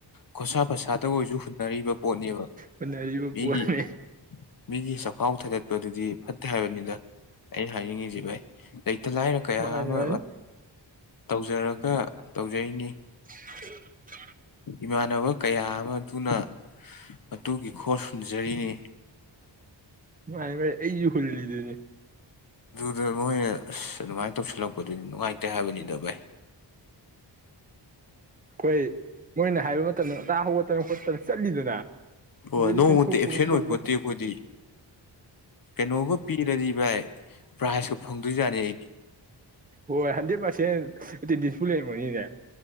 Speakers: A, on the left; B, on the right.
A: ꯈꯣꯁꯥ ꯄꯁꯥꯗ ꯑꯣꯏꯁꯨ ꯍꯨꯟꯅꯔꯤꯕ ꯄꯣꯠꯅꯦꯕ
B: ꯍꯨꯟꯅꯔꯤꯕ
A: ꯃꯤꯒꯤ
B: ꯄꯣꯠꯅꯤ
A: ꯃꯤꯒꯤ ꯆꯈꯥꯎ ꯊꯥꯒꯠꯄꯗꯨꯗꯤ ꯐꯠꯇꯦ ꯍꯥꯏꯕꯅꯤꯗ ꯑꯩꯅ ꯍꯥꯏꯅꯤꯡꯉꯁꯤ ꯚꯥꯏ ꯂꯥꯏꯔ ꯀꯌꯥ
B: ꯃꯥꯅꯤ
A: ꯑꯃ
B: ꯃꯥꯅꯤ
A: ꯇꯧꯖ ꯐꯖꯔꯒ ꯇꯧꯖꯩꯅꯤ
B: ꯍ
A: ꯏꯃꯥꯟꯅꯕ ꯀꯌꯥ ꯑꯃ ꯑꯗꯨꯅ ꯑꯗꯨꯒꯤ ꯈꯣꯜ ꯍꯨꯟꯖꯔꯤꯅꯤ
B: ꯃꯥ ꯑꯩꯁꯨ ꯈꯣꯜꯂꯤ ꯂꯗꯅꯦ
A: ꯗ ꯃꯍ ꯑꯗꯨꯃꯥꯏꯅ ꯇꯧꯁꯤꯜꯂꯛꯄꯗꯨ ꯅꯨꯡꯉꯥꯏꯇꯦ ꯍꯥꯏꯕꯅꯤꯗ ꯚꯥꯏ
B: ꯀꯣꯏ ꯃꯣꯏꯅ ꯍꯥꯏꯕ ꯃꯇꯝꯗ ꯆꯥ ꯍꯧꯒꯠꯇꯅ ꯈꯣꯠꯇꯅ ꯆꯠꯂꯤꯗꯅ
A: ꯍꯣꯏ
B: ꯑꯗꯩꯗꯤ
A: ꯅꯣꯡꯃꯨꯇꯤ
B: ꯄꯦꯟꯊꯣꯛꯄ
A: ꯑꯦꯞꯁꯦꯟ
B: ꯈꯣꯠꯇꯣꯛꯄ
A: ꯑꯣꯏ ꯄꯣꯠꯇꯦ ꯑꯩꯈꯣꯏꯗꯤ ꯀꯩꯅꯣꯒ ꯄꯤꯔꯗꯤ ꯚꯥꯏ ꯄ꯭ꯔꯥꯏꯖꯀ ꯐꯪꯗꯣꯏꯖꯥꯠꯅꯤ ꯑꯩꯗꯤ
B: ꯍꯣꯏ ꯍꯟꯗ꯭ꯔꯦꯠ ꯄꯥꯔꯁꯦꯟ ꯗꯤꯁꯄꯨ ꯂꯩꯔꯝꯃꯅꯤꯅꯦ